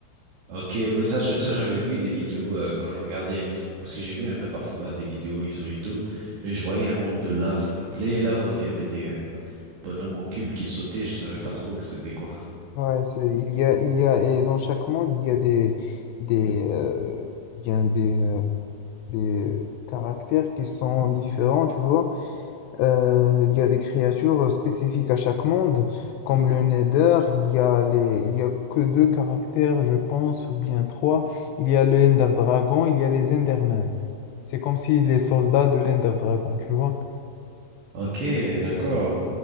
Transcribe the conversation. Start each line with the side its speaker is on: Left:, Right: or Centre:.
Right: ok, oui ça je- ça j'avais vu des vidéos euh, quand je regardais parce que j'ai vu un peu parfois des vidéos sur YouTube et je voyais un monde de lave complet là où il y avait des euh, bonhommes en cube qui sautaient, je savais pas trop que c'était quoi.
Left: Ouais, c'est, il y a, il y a, et dans chaque monde, il y a des, des, euh, bien des, euh, des caractères qui sont différents, tu vois. Euh, il y a des créatures euh, spécifiques à chaque monde, comme le Nether, il y a les, il y a que deux caractères, je pense, ou bien trois. Il y a le Ender Dragon, il y a les Endermen. C'est comme si les soldats de l'Ender Dragon, tu vois.
Right: Ok, d'accord.